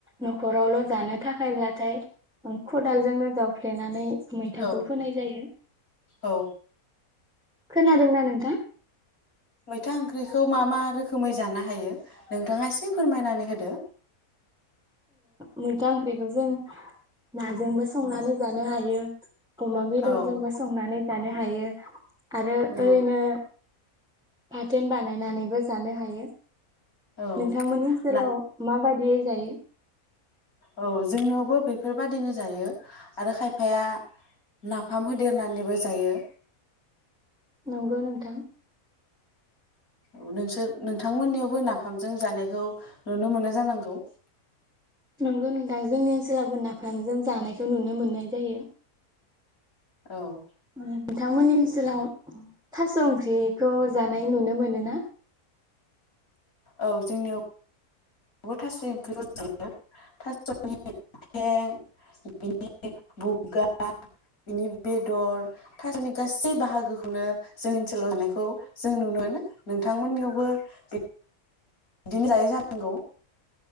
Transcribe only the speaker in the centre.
न'खरावल' जानो थाखायब्लाथाय खदालजोंनो जावफ्लेनानै मैथाखौ
फोनाय जायो
खोनादोंना नोंथां
मैथा ओंख्रिखौ जों नाजोंबो संनानै जानो हायो अमा बेदरजोंबो
संनानै जानो हायो आरो
ओरैनो बाथोन बानायनानैबो जानो हायो नोंथांमोननि
ओनसोलाव
माबायदि बिदियै जायो
नंगौ नोंथां
नंगौ नोंथां जोंनि ओनसोलावबो नाफामजों जानायखौ नुनो मोननाय जायो
नोंथांमोननि ओनसोलाव थास' ओंख्रिखौ जानाय नुनो मोनो ना